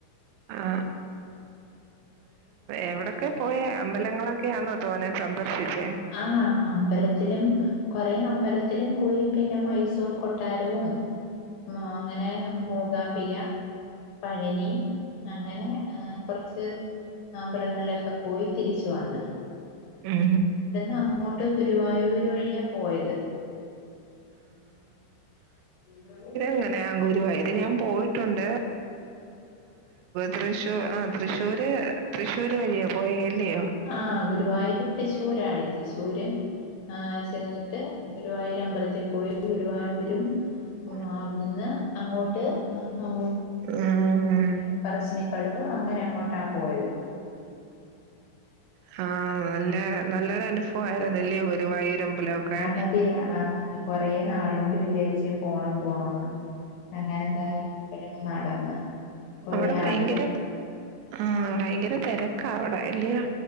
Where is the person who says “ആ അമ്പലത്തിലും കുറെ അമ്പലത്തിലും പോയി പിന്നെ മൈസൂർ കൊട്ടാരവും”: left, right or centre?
Left